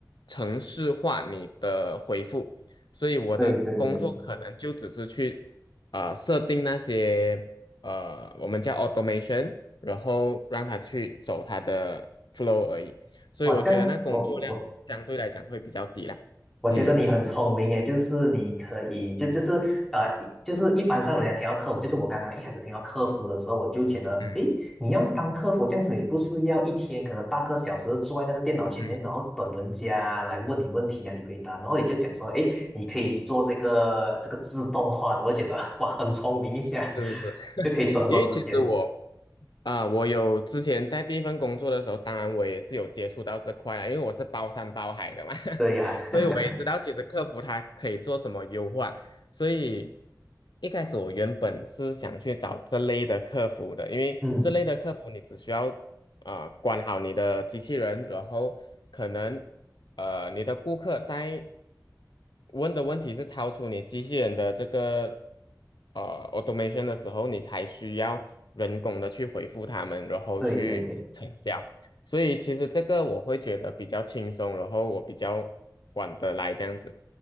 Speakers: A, on the left; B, in the centre.
A: 程式化你的回复，所以我的工作可能就只是去呃设定那些呃我们叫
B: 对对对，
A: automation，然后让它去走它的 flow 而已，所以我觉得那工作量相对来讲会比较低啦。
B: 哇，这样我我我觉得你很聪明诶，
A: 嗯
B: 就是你可以，就就是呃，就是一般上人家听到客服，就是我刚刚一开始听到客服的时候，我就觉得，
A: 嗯
B: 诶，你要当客服这样子，你不是要一天可能八个小时坐在那个电脑前面，
A: 嗯，
B: 然后等人家来问你问题啊，你回答，然后你就讲说，诶，你可以做这个这个自动化的，我觉得哇，很聪明一下，
A: 是是是。<laughs>
B: 就可以省很多时间。
A: 因为其实我啊，我有之前在第一份工作的时候，当然我也是有接触到这块了，因为我是包山包海的嘛，
B: 对呀、
A: <laughs> 所以我也知道其实客服它可以做什么优化。
B: <laughs>
A: 所以一开始我原本是想去找这类的客服的，因为这类的客服你只需要啊、
B: 嗯，
A: 管好你的机器人，然后可能呃你的顾客在问的问题是超出你机器人的这个呃 automation 的时候，你才需要人工的去回复他们，然后去成交。
B: 对对对，
A: 所以其实这个我会觉得比较轻松，然后我比较管得来这样子。